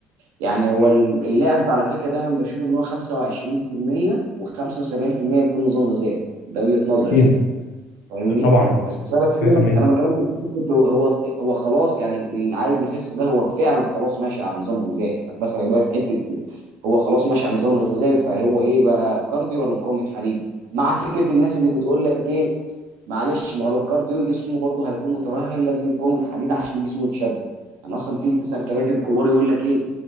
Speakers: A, on the right (about 85°); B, on the left (about 85°).
A: يعني هو
B: مم.
A: ال- اللعب على فكره دايما بشوف ان هو 25% و75% يكون نظام غذائي ده وجهه نظري
B: اكيد
A: يعني فاهمني
B: طبعا
A: بس انا
B: صح
A: بتكلم-
B: 100%
A: انا أنا بكلمك في فكره هو هو هو خلاص يعني اللي عايز يخس ده هو فعلا خلاص ماشي على النظام الغذائي فبسألك بقى في حته هو خلاص ماشي على النظام الغذائي فهو ايه بقى كارديو ولا مقاومه حديد مع فكره الناس اللي بتقول لك ايه معلش ما هو لو كارديو جسمه برضه هيكون مترهل لازم مقاومه حديد عشان جسمه يتشد انا اصلا تيجي تسأل كباتن كبار يقول لك ايه